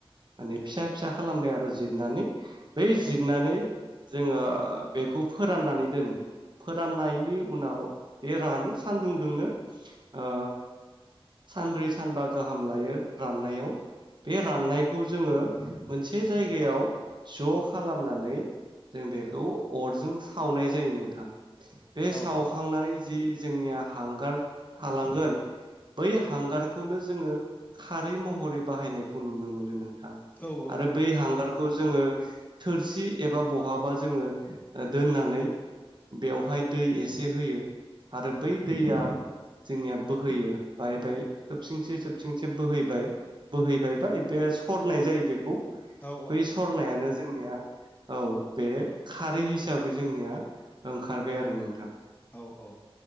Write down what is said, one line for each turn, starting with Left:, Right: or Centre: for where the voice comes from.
Right: माने फिसा
Left: औ
Right: फिसा खालामबाय आरो जिरनानै बै जिरनानै
Left: औ
Right: जोङो बेखौ फोराननानै दोनो। फोराननायनि उनाव बे रानो सानदुं दोंनो ओ सानब्रै सानबा गाहाम लायो राननायाव बे राननायखौ जोङो मोनसे जायगायाव ज' खालामनानै जों बेखौ अरजों सावनाय जायो नोंथां। बे
Left: औ
Right: सावखांनानै जि जोंनिया हांगार थालांगोन बै हांगारखौनो जोङो खारै महरै बाहायनायखौ नुनो मोनो नों थां
Left: औ
Right: आरो बै हांगार खौ जोङो थोरसि एबा बहाबा जोङो ओ दोननानै बेवहाय दै एसे होयो आरो बै दैया जोंनिया बोहैयो बाहायबाय थोबसिंसे थोबसिंसे बोहैबाय बोहैबाय बा बे सरनाय जायो बेखौ
Left: औ
Right: बै सरनायानो जोंनिया औ बे खारै हिसाबै जोंनिया ओंखारबाय आरो नोंथां
Left: औ औ